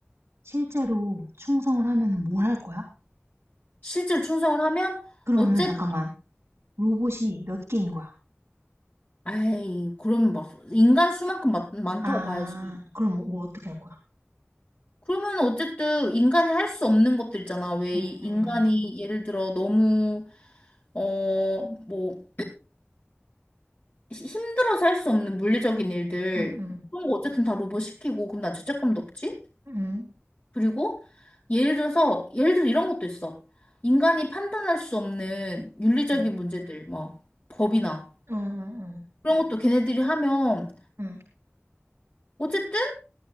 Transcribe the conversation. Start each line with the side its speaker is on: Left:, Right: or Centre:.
Right: 실제로 충성을 하면은 뭘 할 거야?
Left: 실제로 충성을 하면
Right: 그러면은
Left: 어쨌든
Right: 잠깐만. 로봇이 몇 개인 거야?
Left: 아이 그럼 막 인간 수만큼 많, 많다고
Right: 아,
Left: 봐야지.
Right: 그럼 뭐, 뭐 어떻게 할 거야?
Left: 그러면 어쨌든 인간이 할 수 없는 것들 있잖아. 왜
Right: 응,
Left: 이- 인간이
Right: 응,
Left: 예를 들어 너무 어, 뭐, 시- 힘들어서 할 수 없는 물리적인 일들,
Right: 응,
Left: 그런 거 어쨌든 다 로봇 시키고, 그럼 나 죄책감도 없지?
Right: 응, 응,
Left: 그리고, 예를 들어서, 예를 들어 이런 것도 있어. 인간이 판단할 수 없는 윤리적인
Right: 응,
Left: 문제들, 뭐, 법이나,
Right: 응, 응,
Left: 그런 것도 걔네들이 하면,
Right: 응,
Left: 어쨌든,